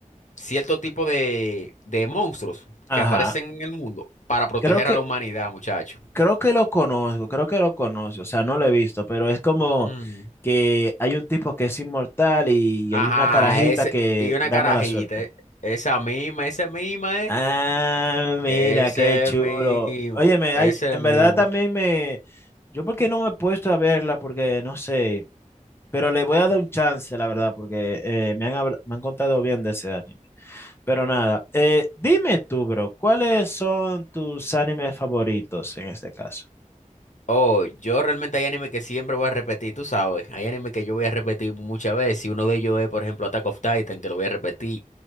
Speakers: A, on the left; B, on the left.
A: cierto tipo de, de monstruos
B: Ajá.
A: que aparecen en el mundo para proteger
B: Creo que,
A: a la humanidad, muchacho.
B: creo que lo conozco, creo que lo conozco. O sea, no lo he visto, pero es como
A: Mm.
B: que hay un tipo que es inmortal y, y
A: Ajá,
B: hay una carajita
A: ese,
B: que
A: y una
B: da
A: carajita,
B: mala suerte.
A: eh, esa misma, ese misma, eh,
B: Ah, mira,
A: ese
B: qué chulo.
A: mismo,
B: Óyeme,
A: ese
B: hay, en
A: mismo.
B: verdad también me... Yo porque no me he puesto a verla, porque no sé, pero le voy a dar un chance, la verdad, porque eh, me han, habl- me han contado bien de ese anime. Pero nada, eh, dime tú, bro, ¿cuáles son tus animes favoritos en este caso?
A: Oh, yo realmente hay anime que siempre voy a repetir, tú sabes. Hay anime que yo voy a repetir muchas veces. Y uno de ellos es, por ejemplo, Attack of Titan, que lo voy a repetir.